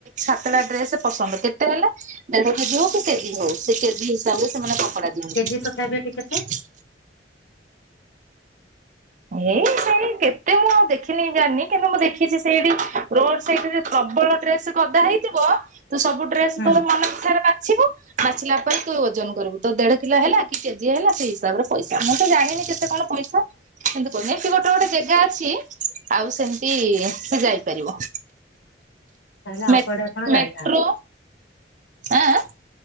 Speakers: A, on the right; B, on the left.
A: ସାତଟା ଡ୍ରେସ ପସନ୍ଦ କେତେ ହେଲା। ଦେଢ଼ କେଜି ହଉ କି କେଜି ହଉ ସେ କେଜି ହିସାବରେ ସେମାନେ କପଡା ଦିଅନ୍ତି।
B: କେଜି ତଥାପି ଏଠି କେତେ
A: ଏଇ ସେଇ କେ ଏତେ ମୁଁ ଆଉ ଦେଖିନିି ଜାଣିନି, କିନ୍ତୁ ମୁଁ ଦେଖିଛି ସେଇଠି ରୋଡ ସଇଡରେ ପ୍ରବଳ ଡ୍ରେସ ଗଦା ହେଇଥିବ ତୁ ସବୁ ଡ୍ରେସ
B: ହୁଁ
A: ତୋ ମନ ଅନୁସାରେ ବାଛିବୁ ବାଛିଲା ପରେ ତୁ ଓଜନ କରିବୁ ତୋ ଦେଢ କିଲ ହେଲା କି କେଜିଏ ହେଲା ସେଇ ହିସାବରେ ପଇସା, ମୁଁ ତ ଜାଣିନି କେତେ କଣ ପଇସା। କିନ୍ତୁ <unintelligible> ଗୋଟେ ଗୋଟେ ଜେଗା ଅଛି ଆଉ ସେମତି ସେ ଯାଇପାରିବ।
B: ତାହେଲେ ଆଉ
A: ମେ
B: କୁଆଡେ ଆପଣ ଯାଇନାହାନ୍ତି
A: ମେଟ୍ରୋ, ଆଁ ଆଁ।